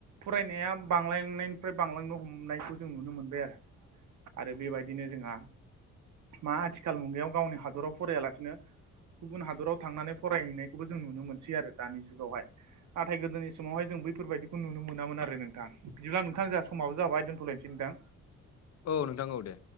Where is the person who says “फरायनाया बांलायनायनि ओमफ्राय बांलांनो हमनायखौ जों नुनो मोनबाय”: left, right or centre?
Right